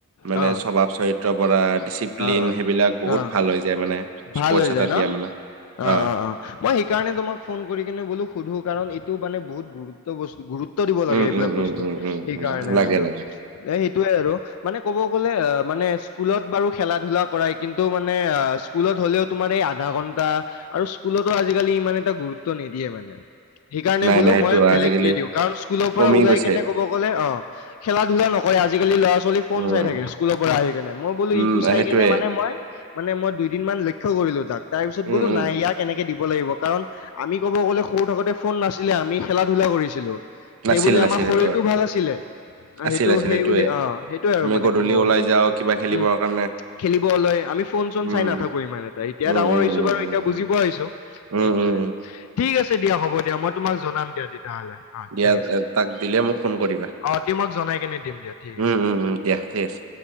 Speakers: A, on the right; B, on the left.
A: মানে
B: অ অ
A: স্বভাৱ চৰিত্ৰৰ পৰা ডিচিপ্লিন
B: অ
A: সেইবিলাক বহুত
B: অ
A: ভাল হৈ যায় মানে। স্পৰ্টছ
B: ভাল হৈ
A: এটাত
B: যায়
A: দিয়া
B: ন,
A: মানে
B: অ'অ'অ'।
A: অ
B: মই সেইকাৰণে তোমাক ফোন কৰি কিনে বোলো সোধো কাৰণ এইটো মানে বহুত গুৰুত্ব বস্তু গুৰুত গুৰুত্ব দিব লাগে
A: উম
B: এইবিলাক
A: উম উম
B: বস্তুত
A: উম উম
B: সেইকাৰণে
A: উম লাগে
B: মানে
A: লাগে
B: এই সেইটোয়ে আৰু। মানে ক'ব গ'লে অ' মানে স্কুলত বাৰু খেলা- ধূলা কৰাই কিন্তু মানে আচ স্কুলত হ'লেও তোমাৰ এই আধা ঘণ্টা আৰু স্কুলতো আজিকালি ইমান এটা গুৰুত্ব নিদিয়ে মানে। সেইকাৰণে
A: নাই
B: বোলো
A: নাই সেইটো
B: মই বেলেগকে
A: আজিকালি
B: দিওঁ। কাৰণ স্কুলৰ
A: কমি
B: পৰা ওলাই
A: গৈছে
B: কেনে ক'ব ক'ব গলে অ' খেলা-ধূলা নকৰে আজিকালি ল'ৰা-ছোৱালী ফোন
A: উম
B: চাই থাকে স্কুলৰ পৰা আহি কিনে মই বোলো
A: উম
B: ইটো চাই
A: সেইটোয়ে
B: কেনে মানে মই মানে মই দুই দুদিন মান লক্ষ্য কৰিলো তাক তাৰ পিছত
A: উম
B: বোলো
A: উম
B: নাই ইয়াক এনেকে দিব লাগিব কাৰণ আমি ক'ব গ'লে সৰু থাকোতে ফোন নাছিলে আমি খেলা-ধূলা কৰিছিলোঁ।
A: নাছিল
B: সেইবুলি
A: নাছিল
B: আমাৰ শৰীৰটো
A: সেইটো
B: ভাল আছিলে। আ,
A: আছিল
B: সেইটো
A: আছিল
B: সেই
A: সেইটোয়ে
B: বুলি অ' সেইটোয়ে আৰু
A: আমি
B: মানে
A: গধূলি
B: ক'ব গ'লে
A: ওলাই যাওঁ কিবা খেলিবৰ
B: উম।
A: কাৰণে
B: খেলিব ওলাই আমি ফোন চোন
A: উম
B: চাই লাভ থাকো ইমান এটা, এতিয়া
A: উম,
B: ডাঙৰ
A: উম,
B: হৈছো বাৰু
A: উম, উম,
B: এতিয়া
A: উম,
B: বুজি পোৱা হৈছো
A: উম,
B: এইটোয়ে
A: উম,
B: ঠিক আছে দিয়া হ'ব দিয়া মই তোমাক জনাম দিয়া তেতিয়াহলে অ'
A: দিয়া,
B: ঠিক আছে
A: এ, তাক দিলে মোক ফোন কৰিবা।
B: অ' <unintelligible> জনাই কেনে দিম দিয়া। ঠিক
A: উম,
B: আছে।
A: উম, উম দিয়া ঠিক আছে।